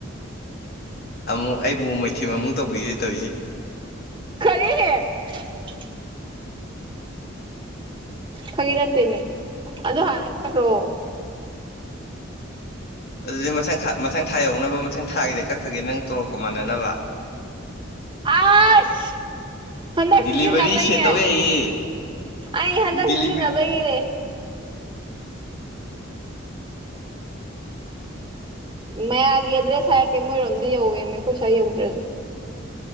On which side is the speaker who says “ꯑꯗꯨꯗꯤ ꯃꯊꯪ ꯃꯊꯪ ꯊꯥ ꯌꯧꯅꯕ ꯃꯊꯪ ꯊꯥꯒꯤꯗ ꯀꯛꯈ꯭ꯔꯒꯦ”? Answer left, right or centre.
Left